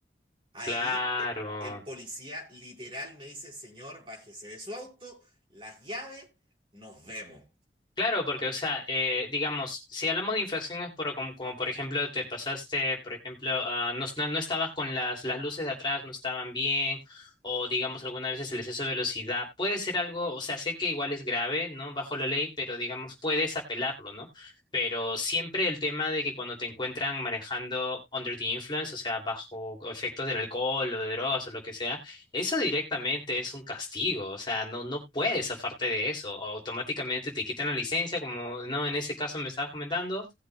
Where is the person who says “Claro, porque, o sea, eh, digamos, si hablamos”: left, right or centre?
Left